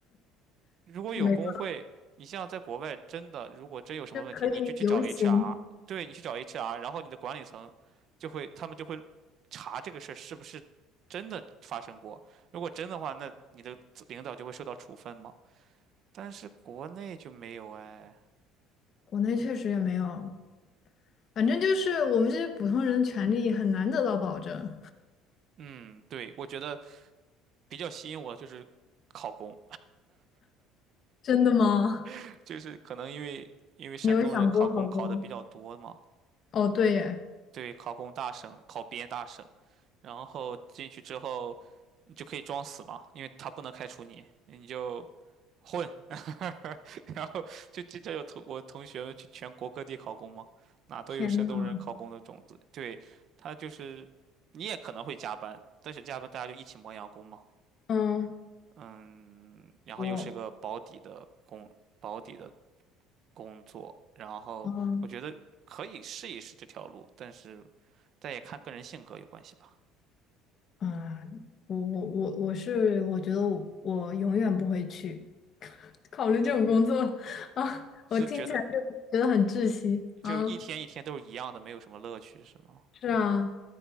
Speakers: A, on the right; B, on the left.
A: 如果有工会，
B: 没错，
A: 你像在国外，真的如果真有什么问题，
B: 就可以游行。
A: 你就去找 HR，对你去找 HR，然后你的管理层就会，他们就会查这个事儿是不是真的发生过。如果真的话，那你的领导就会受到处分嘛。但是国内就没有哎。
B: 国内确实也没有，反正就是我们这些普通人的权利很难得到保证。
A: 嗯，对，我觉得比较吸引我的就是考公，
B: 真的吗？
A: <laughs> 就是可能因为因为山东人考公考的比较多嘛，
B: 你有想过好过吗？哦，对耶，
A: 对，考公大省，考编大省。然后进去之后，你就可以装死嘛，因为他不能开除你，你就混，<laughs> 然后就经常有同我同学们去全国各地考公嘛，哪都有山东人考公的种子。
B: 天呐，
A: 对，他就是你也可能会加班，但是加班大家就一起磨洋工嘛，
B: 嗯，
A: 嗯，然后又是个保底的工，
B: 我，
A: 保底的工作，然后我觉得可以试一试这条路，
B: 嗯，
A: 但是但也看个人性格有关系吧。
B: 啊、我我我我是，我觉得我，我永远不会去 <laughs> 考虑这种工作 <laughs> 啊，
A: 是觉得
B: 我听起来就觉得很窒息啊。
A: 就一天一天都是一样的，没有什么乐趣，是吗？
B: 是啊。